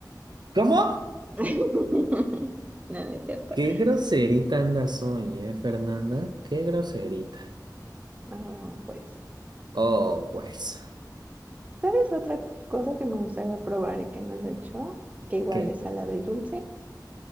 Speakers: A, on the right; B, on the right.
A: ¿Cómo?
B: <laughs> No, no es cierto.
A: Qué groserita
B: No,
A: andas hoy, ¿eh, Fernanda? Qué groserita.
B: no, pues.
A: Oh, pues,
B: ¿Sabes otra cosa que me gustaría probar y que no lo he hecho? Que igual
A: ¿qué?
B: es salado y dulce.